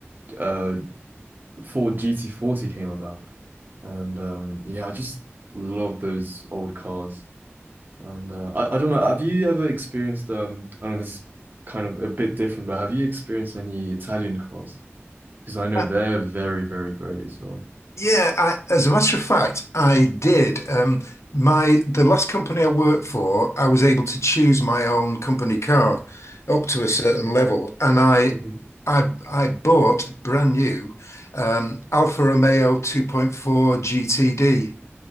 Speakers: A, on the right; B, on the left.
A: uh before GT40 came about. And um, yeah, I just love those old cars. And uh, I, I don't know, have you ever experienced, um, I don't know, this is kind of a bit different, but have you experienced any Italian cars? Because I know
B: Uh,
A: they're very, very great as well.
B: yeah, I, as a matter of fact, I did. Um, my the last company I worked for, I was able to choose my own company car up to a certain level, and I
A: Mhm.
B: I I bought brand new um, Alfa Romeo 2.4 GTD.